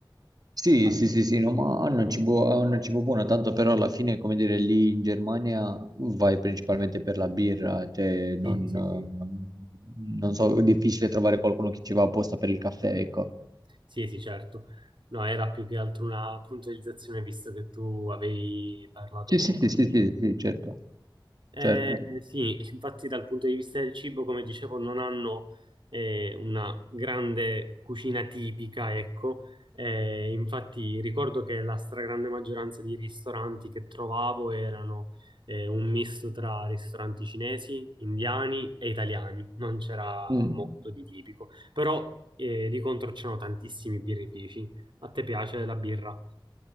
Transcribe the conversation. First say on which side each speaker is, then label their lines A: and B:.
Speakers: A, on the right; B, on the right.
A: Sì,
B: Ah,
A: sì, sì, sì, no, ma hanno il cibo, hanno il cibo buono, tanto però alla fine, come dire, lì in Germania vai principalmente per la birra, cioè non,
B: sì,
A: eh,
B: sì, sì,
A: non so, è difficile trovare qualcuno che ci va apposta per il caffè, ecco.
B: sì, sì, certo. No, era più che altro una puntualizzazione, visto che tu avevi parlato
A: Sì,
B: poco
A: sì, sì,
B: fa.
A: sì, sì, sì, certo,
B: Eh,
A: certo.
B: sì, infatti dal punto di vista del cibo, come dicevo, non hanno eh, una grande cucina tipica, ecco. Eh, infatti ricordo che la stragrande maggioranza di ristoranti che trovavo erano eh, un misto tra ristoranti cinesi, indiani e italiani. Non c'era
A: Mm.
B: molto di tipico, però eh, di contro c'erano tantissimi birrifici. A te piace la birra?